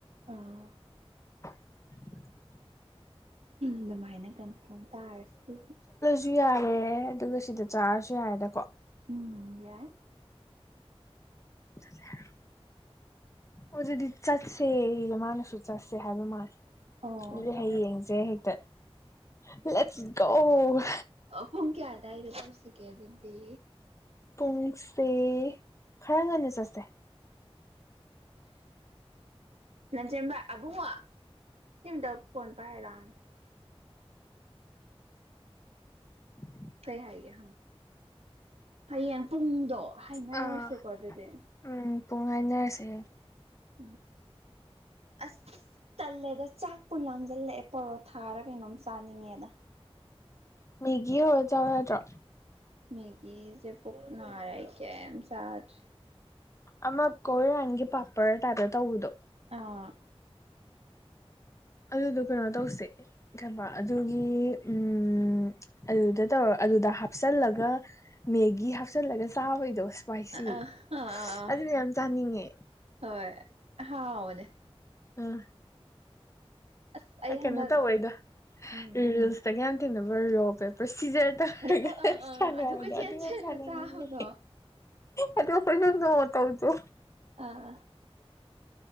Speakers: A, on the right (about 80°); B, on the left (about 30°).
A: ꯑꯥ
B: <inaudible>
A: ꯑꯗꯨꯃꯥꯏꯅ ꯀꯟꯐꯥꯔꯝ ꯇꯥꯔꯁꯤ
B: ꯑꯗꯥꯁꯨ ꯌꯥꯔꯦ ꯑꯗꯨꯒ ꯁꯤꯗ ꯆꯥꯔꯁꯨ ꯌꯥꯔꯦꯗꯀꯣ
A: ꯎꯝ ꯌꯥꯏ
B: ꯆꯠꯁꯦ ꯍꯥꯏꯔꯣ ꯑꯗꯨꯗꯤ ꯆꯠꯁꯦ ꯃꯥꯅꯁꯨ ꯆꯠꯁꯦ ꯍꯥꯏꯕ ꯃꯥꯜꯂꯦ
A: ꯑꯣ
B: ꯑꯗꯨꯗꯤ
A: ꯍꯣꯏ
B: ꯍꯥꯌꯦꯡꯁꯦ
A: ꯍꯣꯏ
B: ꯍꯦꯛꯇ ꯂꯦꯠꯁ ꯒꯣ
A: ꯄꯨꯡ ꯀꯌꯥ ꯑꯗ꯭ꯋꯥꯏꯗ ꯆꯠꯂꯨꯁꯤꯒꯦ ꯑꯗꯨꯗꯤ
B: ꯄꯨꯡꯁꯦ ꯈꯔ ꯉꯟꯅ ꯆꯠꯁꯦ
A: ꯂꯟꯆꯦꯟꯕ ꯑꯕꯨꯡꯉꯣ ꯁꯤꯑꯃꯇ ꯐꯣꯟ ꯄꯥꯏꯔꯣꯂꯥꯛꯑꯣꯅꯦ
B: ꯎꯝ
A: ꯀꯩ ꯍꯥꯏꯒꯦ ꯍꯌꯦꯡ ꯄꯨꯡꯗꯣ ꯍꯥꯏꯅꯔꯁꯤꯀꯣ
B: ꯑꯥ
A: ꯑꯗꯨꯗꯤ
B: ꯎꯝ ꯄꯨꯡ ꯍꯥꯏꯅꯔꯁꯦ
A: ꯎꯝ ꯑꯁ ꯇꯜꯂꯦꯗ ꯆꯥꯛꯄꯨ ꯂꯥꯝꯁꯤꯜꯂꯛꯑꯦ ꯄꯣꯔꯣꯊꯥꯔ ꯀꯩꯅꯣꯝ ꯆꯥꯅꯤꯡꯉꯦꯗ
B: ꯃꯦꯒꯤ ꯍꯧꯔꯒ ꯆꯥꯎ ꯌꯥꯗ꯭ꯔꯣ
A: ꯃꯦꯒꯤꯁꯦ ꯄꯨꯨꯛꯅꯥꯔꯦ ꯑꯩ ꯀꯩꯝ ꯆꯗ꯭ꯔꯦ
B: ꯑꯃ ꯀꯣꯏꯔꯤꯌꯟꯒꯤ ꯄꯥꯄꯔ ꯇ꯭ꯥꯢꯞꯇ ꯇꯧꯕꯗꯣ
A: ꯑꯥ
B: ꯑꯗꯨꯗꯣ ꯀꯩꯅꯣ ꯇꯧꯁꯦ ꯀꯩꯕꯥ ꯑꯗꯨꯒꯤ ꯎꯝ ꯑꯗꯨꯗ ꯇꯧꯔ ꯑꯗꯨꯗ ꯍꯥꯞꯆꯜꯂꯒ ꯃꯦꯒꯤ ꯍꯥꯞꯆꯜꯂꯒ ꯆꯥꯕꯩꯗꯣ ꯋꯥ꯭ꯏꯁꯤ
A: ꯑꯥ ꯑꯥ ꯑꯥ
B: ꯑꯗꯨꯗꯨ ꯌꯥꯝ ꯆꯥꯅꯤꯡꯉꯦ
A: ꯍꯣꯏ ꯍꯥꯎꯕꯅꯦ
B: ꯎꯝ
A: ꯑꯁ ꯑꯩ
B: ꯀꯩꯅꯣ
A: ꯍꯟꯗꯛ
B: ꯇꯧꯕꯩꯗ
A: ꯎꯝ
B: ꯔꯤꯜꯁꯇꯒꯌꯥꯝ ꯊꯦꯡꯅꯕ ꯔꯣꯛ ꯄꯦꯄꯔ ꯁꯤꯖꯔ ꯇꯧꯔꯒ
A: ꯑꯥ ꯑꯥ ꯑꯥ
B: ꯁꯥꯟꯅꯕꯗꯣ
A: ꯀꯣꯏꯆꯦꯟ
B: ꯑꯗꯨ ꯌꯥꯝ
A: ꯆꯦꯜꯂ
B: ꯁꯥꯟꯅꯅꯤꯡꯉꯤ
A: ꯆꯥꯕꯗꯣ
B: ꯑꯗꯣ ꯈꯣꯏꯁꯨ ꯅꯣꯡꯃ ꯇꯧꯁꯦ
A: ꯑꯥ ꯑꯥ